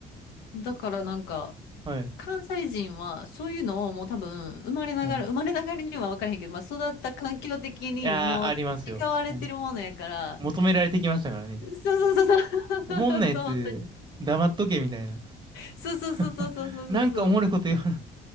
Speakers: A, on the left (about 85°); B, on the right (about 25°).
A: う。だからなんか、
B: はい、
A: 関西人はそういうのをもう多分、生まれながら、
B: はい。
A: 生まれながらには分からへんけど、
B: <laughs> い
A: まあ育った環境的にもう培われてるものやから、
B: やー、ありますよ。はい。求められてきましたからね。
A: そうそうそうそう。
B: おもんなやつ、
A: <laughs> そう
B: 黙っとけみたいな。
A: そうそうそうそうそうそうそうそう。
B: <laughs> なんかおもろいこと言わな。